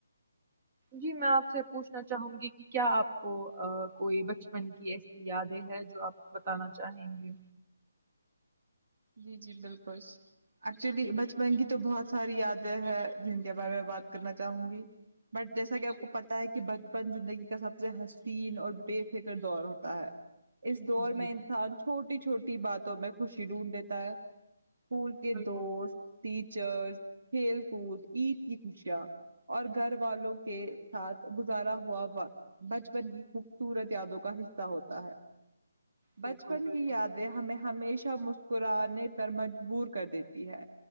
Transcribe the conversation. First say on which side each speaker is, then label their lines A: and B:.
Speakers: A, on the right; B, on the right.
A: جی میں آپ سے پوچھنا چاہوں گی کہ کیا آپ کو کوئی بچپن کی ایسی یادیں ہے جو آپ بتانا چاہیں گے
B: جی جی بالکل ایک چولی بچپن کی تو بہت ساری یادیں ہیں جن کے بارے میں بات کرنا چاہوں گی بٹ جیسا کہ آپ
A: جی
B: کو پتا ہے ہے کہ بچپن زندگی کا سب سے حسین اور بے فکر دور ہوتا ہے اس دور
A: جی
B: میں انسان چھوٹی چھوٹی باتوں میں خوشی ڈھونڈ دیتا ہے اسکول کے
A: بالکل
B: دوست ٹیچرس کھیل کود عید کی خوشیاں اور گھر والوں کے ساتھ گزارا ہوا وقت بچپن کی خوبصورت یادوں کا حصہ ہوتا ہے
A: بالکل
B: بچپن
A: بالکل
B: کی یادیں ہمیں ہمیشہ مسک کرآے پر مجبور کر دیتی ہے